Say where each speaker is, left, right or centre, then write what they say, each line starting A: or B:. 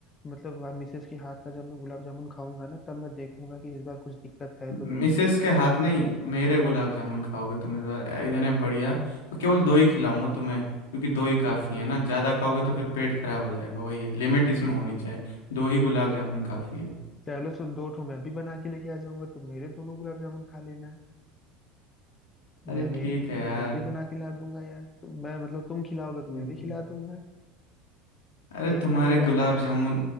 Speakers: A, on the left; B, on the left.
A: मतलब वहाँ मिसेज के हाथ का जब मैं गुलाब जामुन खाऊंगा ना तब मैं देखूंगा कि इस बार कुछ दिक्कत है तो
B: मिसेस
A: नहीं
B: के हाथ नहीं मेरे गुलाब जामुन खाओगे तुम इस बार इतने बढ़िया और केवल दो ही खिलाऊंगा तुम्हें क्योंकि दो ही काफ़ी है ना ज़्यादा खाओगे तो फिर पेट खराब हो जाएगा वही है लिमिट इसमें होनी चाहिए दो ही गुलाब जामुन काफ़ी है
A: चलो तो दो ठो मैं भी बना के लेके आ जाऊंगा तुम मेरे दोनों गुलाब जामुन खा लेना
B: अरे
A: मैं मेरी
B: ठीक है यार
A: मैं भी बना के ला दूंगा यार तो मैं मतलब तुम खिलाओगे
B: ठीक
A: तो मैं भी
B: है
A: खिला दूंगा
B: अरे
A: प्रेम
B: तुम्हारे
A: बढ़ेगा
B: गुलाब
A: यार
B: जामुन